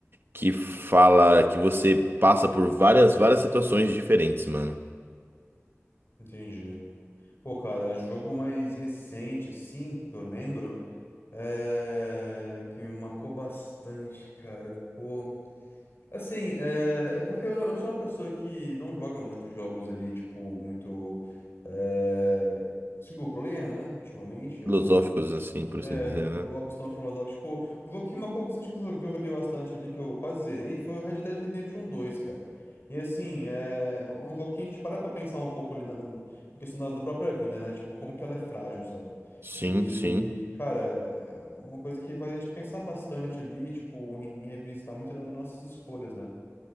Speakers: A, on the right; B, on the left.
A: que fala que você passa por várias, várias situações diferentes, mano.
B: Entendi. Pô, cara, jogo mais recente, assim, que eu lembro, é... que me marcou bastante, cara. Pô. Assim, é, é porque eu eu sou uma pessoa que não joga muitos jogos ali, tipo, muito é, single player, né? Ultimamente,
A: filosóficos,
B: eu
A: assim, por
B: é,
A: assim dizer,
B: jogos
A: né?
B: tão filosóficos. Tipo, um jogo que marcou bastante, que eu joguei, que eu joguei bastante ali, que eu quase zerei, foi o Red Dead Redemption dois cara. E assim, é, é um jogo que a gente para pra pensar um pouco ali na, na na questão da, da própria vida, né? Tipo, como que ela é frágil, sabe?
A: Sim,
B: E,
A: sim.
B: cara, é é uma coisa que faz a gente pensar bastante ali, tipo, em, em revistar muito das nossas escolhas, né?